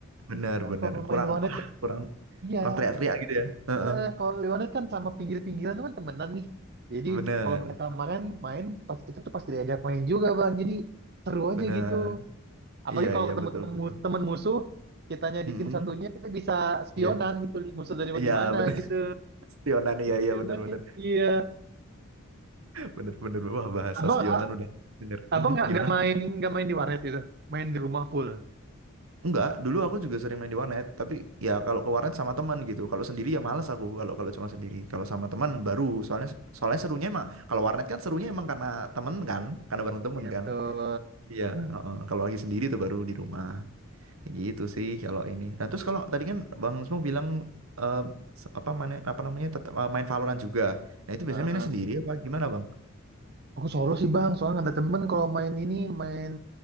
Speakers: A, on the right; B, on the right.
A: Bener
B: Kan
A: bener
B: kalau main
A: kurang
B: di warnet,
A: wah, kurang
B: iya.
A: kurang teriak-teriak gitu ya. Heeh.
B: Eh, kalau di warnet kan sama pinggir-pinggiran tuh kan temenan nih. Jadi
A: Bener
B: kalau mereka kemarin main, pas kita tuh pasti diajak main juga bang. Jadi seru aja
A: bener
B: gitu. Apalagi
A: iya
B: kalau
A: iya
B: ketemu
A: betul
B: temen,
A: betul.
B: mu- temen musuh, kitanya
A: Mm-mm.
B: di tim satunya, kita bisa spionan
A: Iya
B: gitu. li- Musuh dari mana
A: Iya
B: di mana
A: bener <laughs>
B: gitu.
A: spionan iya
B: Itu
A: iya
B: enaknya.
A: bener bener
B: Iya.
A: bener bener wah bahasa
B: Abang,
A: spionan
B: a-
A: udah bener
B: abang
A: Mm,
B: nggak
A: gimana
B: nggak main nggak main di warnet itu. Main di rumah full.
A: enggak dulu aku juga sering main di warnet tapi ya kalau ke warnet sama teman gitu kalau sendiri ya males aku kalau kalau cuma sendiri kalau sama teman baru soalnya soalnya serunya emang kalau warnet kan serunya emang karena temen kan karena bareng temen
B: Iya
A: kan
B: betul.
A: iya heeh. kalau lagi sendiri tuh baru di rumah Kayak gitu sih kalau ini nah terus kalau tadi kan Bang Smo bilang eh, se- apa mana apa namanya tetap eh, main Valorant juga nah itu biasanya
B: Heeh.
A: mainnya sendiri apa gimana Bang
B: Aku solo sih bang, soalnya nggak ada temen kalau main ini, main